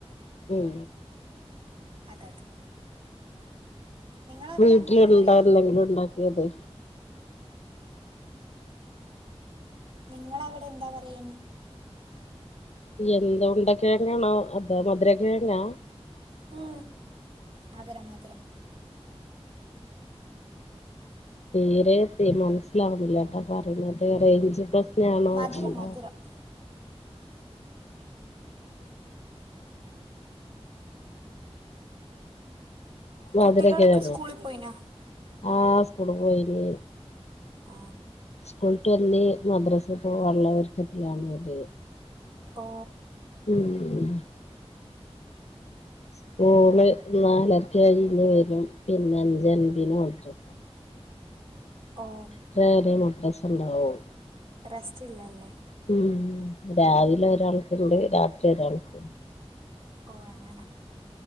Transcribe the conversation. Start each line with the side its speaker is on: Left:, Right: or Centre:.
Left: ഉം
Right: അതത് നിങ്ങളവിടെ
Left: വീട്ടിലുണ്ട
Right: എന്താ അയിന് പറയാ
Left: എന്തെങ്കിലും ഉണ്ടാക്കിയതെ?
Right: നിങ്ങള് അവിടെ എന്താ പറയണേ?
Left: എന്ത് ഉണ്ടക്കിഴങ്ങാണോ അതാ മധുര കിഴങ്ങാ
Right: ആ മധുരം മധുരം
Left: തീരെ തെ മനസ്സിലാവുന്നില്ലേട്ടാ പറയുന്നത് റേഞ്ച് പ്രസ് ശ്ണാണോ
Right: മധുരം
Left: എന്താ
Right: മധുരം
Left: മധുരക്കിഴങ്ങോ
Right: കുട്ടികളൊക്കെ സ്കൂളിൽ പോയിനാ
Left: ആഹ് സ്കൂളി പോയിന്
Right: ആ
Left: സ്കൂൾ വിട്ട് വന്ന് മദ്രാസപ്പോവാള്ള ഒരുക്കത്തിലാണ് ഓല്
Right: ഓ
Left: ഉം സ്കൂള് നാലരയ്ക്ക് കഴിഞ്ഞ് വരും. പിന്നെ അഞ്ചേ അഞ്ചിന് മദ്രസ.
Right: ഓ
Left: എത്ര നേരം മദ്രസ ഇണ്ടാവും.
Right: റസ്റ്റ് ഇല്ലല്ലേ?
Left: ഉം രാവിലെ ഒരാൾക്ക് ഇണ്ട്. രാത്രി ഒരാൾക്കും.
Right: ഓ അങ്ങനെ